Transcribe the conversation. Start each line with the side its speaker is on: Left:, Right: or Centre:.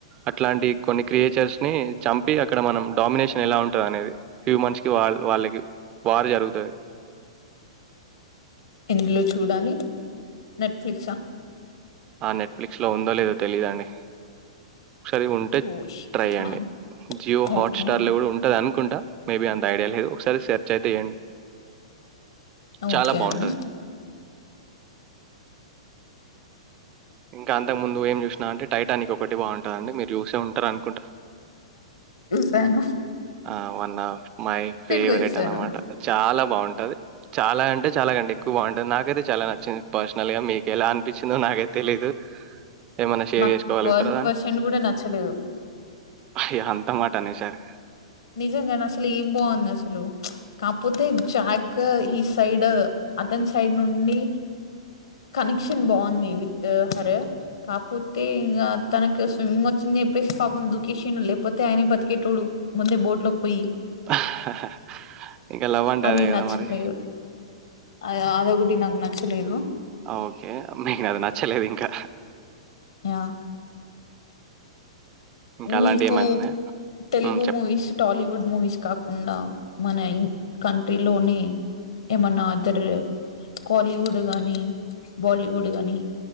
Right: అట్లాంటి కొన్ని క్రియేచర్స్ ని చంపి అక్కడ మనం డామినేషన్ ఎలా ఉంటుంది అనేది హ్యూమన్స్ క వాళ్ వాళ్ళకి వార్ జరుగుతాది
Left: ఎందులో చూడాలి నెట్ఫ్లిక్ ఆ
Right: ఆ నెట్ఫ్లిక్స్ లో ఉందో లేదో తెలీదుండి ఒకసారి ఉంటే
Left: ఓ షిట్
Right: ట్రై అండి
Left: మ్యాన్
Right: జియో
Left: ఓకే
Right: హాట్స్టార్ లో కూడా ఉంటదని ఆన్ కుంటా మేబి అంత ఐడియా లేదు ఒకసారి సెర్చ్ అయితే చేయండి
Left: ఓకే
Right: చాలా బాగుంటది
Left: అండి
Right: ఇంకా అంతకు ముందు ఏం చూసినా అంటే టైటానిక్ ఓ కటి బాగుంటది అండి మీర్ చూసే ఉంటార అనుకుంటా
Left: సాను
Right: ఆ వన్ ఆఫ్ మై ఫేవరెట్
Left: గా చూసాను
Right: అన్నమాట చాలా బాగుంటది చాలా అంటే చాలా కండి ఎక్కువ బాఅంటే నాక్ నాకైతే చాలా నచ్చింది పర్సనల్ గా మీకెలా అనిపించిందో నాకైతే తెలీదు ఏమన్నా షేర్
Left: నాకు
Right: చేసుకోవాలి
Left: వన్
Right: <unintelligible>
Left: పర్సెంట్ కూడా నచ్చలేదు
Right: అయ్యో అంతా మాట అనేసారే
Left: నిజం గాని అసలు ఏం బాగుంది అసలు కాపోతే జాక్ ఈ సైడ్ అతని సైడ్ నుండి కనెక్షన్ బాగుంది విత్ హర్ కాపోతే ఇంకా తనకు స్విమ్మింగ్ వచ్చని చెప్పేసి పాపం దూకేసిండు లేకపోతే ఆయనే బతికేటోడు ముందే బోట్ లోకి పోయి
Right: ఆ హా హా ఇంకా లవ్ అంటే
Left: అది
Right: అదే కదా
Left: నచ్చలేదు
Right: మరి
Left: అ అదోకటి నాగ్ నచ్చలేదు
Right: ఓకే మీకు అది నచ్చలేదు ఇంకా
Left: యా
Right: ఇంకా అలాంటి
Left: మీకు
Right: ఏమైనా ఉన్నాయా?
Left: తెలుగు
Right: హ్మ్ చెప్పండి
Left: మూవీస్ టాలీవుడ్ మూవీస్ కాకుండా మన కంట్రీలోని ఏమన్నా అదర్ కాలీవుడ్ గానీ బాలీవుడ్ గానీ